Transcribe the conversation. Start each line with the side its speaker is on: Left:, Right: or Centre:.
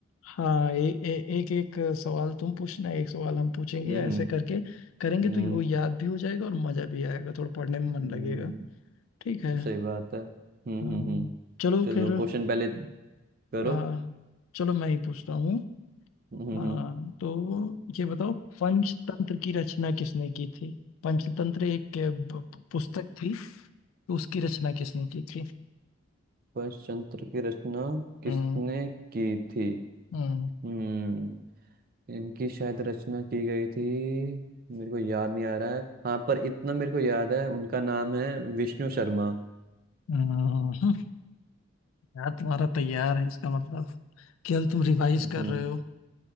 Left: हाँ ए, ए, एक एक सवाल तुम पूछना एक सवाल हम पूछेंगे
Right: हम्म
Left: ऐसे
Right: हम्म
Left: करके करेंगे
Right: हम्म
Left: तो वो याद भी हो जाएगा और मजा भी आएगा थोड़ा पढ़ने में
Right: हम्म,
Left: मन लगेगा ठीक है
Right: सही बात है हम्म
Left: हाँ
Right: हम्म हम्म
Left: चलो
Right: चलो
Left: फिर
Right: क्वेश्चन पहले करो
Left: आ, चलो मैं ही पूछता हूँ
Right: हम्म हम्म
Left: हाँ तो ये बताओ पंचतंत्र की रचना किसने की थी पंचतंत्र एक अ, ब- ब- पुस्तक थी तो उसकी रचना किसने की थी
Right: पंचतंत्र की रचना किसने
Left: हम्म
Right: की थी
Left: हम्म
Right: हम्म इनकी शायद रचना की गई थी मेरे को याद नहीं आ रहा है हाँ पर इतना मेरे को याद है उनका नाम है विष्णु शर्मा
Left: हम्म, यार तुम्हारा तैयार है इसका मतलब केवल तुम रिवाइज
Right: हम्म,
Left: कर रहे हो